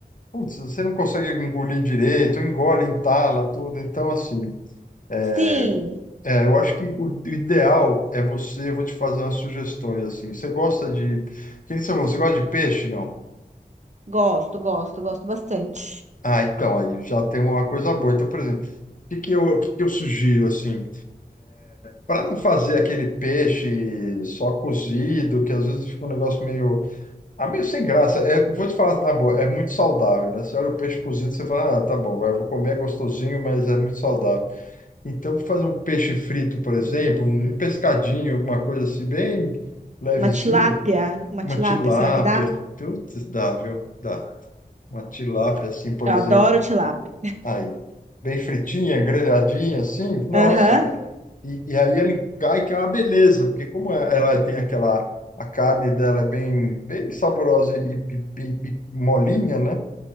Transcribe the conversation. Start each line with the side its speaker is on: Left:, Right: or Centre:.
Left: putz, você não consegue engolir direito, engole, entala, tudo, então assim, é,
Right: Sim.
Left: é, eu acho que o ideal é você, eu vou te fazer umas sugestões, assim, você gosta de, que nem você falou, você gosta de peixe, não?
Right: Gosto, gosto, gosto bastante.
Left: Ah, então, aí já tem uma coisa boa. Então, por exemplo, o que que eu, o que que eu sugiro, assim, para não fazer aquele peixe só cozido, que às vezes fica um negócio meio, ah, meio sem graça. É, vou te falar na boa, é muito saudável, né? Você olha o peixe cozido, você fala, ah, tá bom, vai, eu vou comer, é gostosinho, mas é muito saudável. Então, fazer um peixe frito, por exemplo, um pescadinho, alguma coisa assim, bem levezinha,
Right: Uma tilápia, uma
Left: uma
Right: tilápia,
Left: tilápia,
Right: será que dá?
Left: tudo dá, viu? Dá. Uma tilápia, assim, por
Right: Eu
Left: exemplo,
Right: adoro tilápia.
Left: Aí, bem fritinha, grelhadinha, assim, nossa,
Right: Aham.
Left: cara. E, e aí ele cai, que é uma beleza, porque como é- ela tem aquela, a carne dela é bem, bem saborosa e, e- e- e molinha, né?